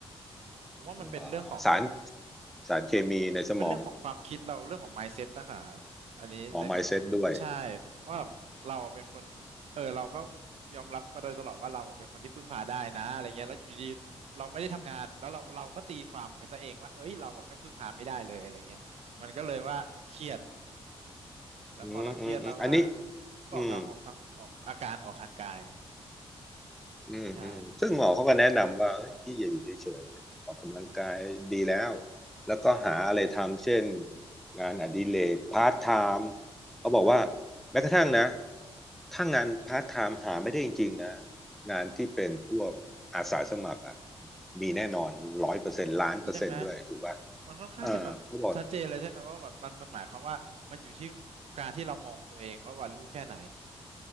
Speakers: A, on the right (about 70°); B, in the centre.
A: ผมว่ามันเป็นเรื่องของ
B: เอ่อสารสารเคมีในสมอง
A: มันเป็นเรื่องของความคิดเราเรื่องของ mindset นะคะอันนี้ในแบบแบบใช่
B: อ๋อ mindset ด้วย
A: ว่าแบบเราเป็นคนเออเราก็
B: อ๋อ
A: ยอมรับมาโดยตลอดว่าเราอะเป็นคนที่พึ่งพาได้นะอะไรเงี้ยแล้วอยู่ดีๆเราไม่ได้ทำงานแล้วเราเราก็ตีความไปซะเองว่าเอ้ยเราอะแม่งพึ่งพาไม่ได้เลยอะไรเงี้ยมันก็เลยว่าเครียดแล้วพอเราเครียดเราก็อ่า
B: อืมอืมอืมอันนี้
A: ก็ออกทางออกทางออกอาการออกทางกาย
B: อืมอืมอืมซึ่งหมอเขาก็แนะนำว่าเฮ้ยพี่อย่าอยู่เฉยๆออกกำลังกายดีแล้ว
A: ใช่
B: แล้วก็หาอะไรทำเช่น
A: ใช่
B: งานอดิเรกพาร์ทไทม์เขาบอกว่า
A: ใช่
B: แม้กระทั่งนะถ้างานพาร์ทไทม์หาไม่ได้จริงๆนะงานที่เป็นพวกอาสาสมัครอ่ะมีแน่นอนร้อยเปอร์เซ็นต์ล้านเปอร์เซ็นต์ด้วยถูกป่ะ
A: ใช่ไหม มันค่อนข้างจะแบบชัดเจนเลยใช่ไหมว่าแบบมันมันหมายความว่ามันอยู่ที่
B: เออเขาบอก
A: การที่เรามองตัวเองว่าว่ารู้แค่ไหน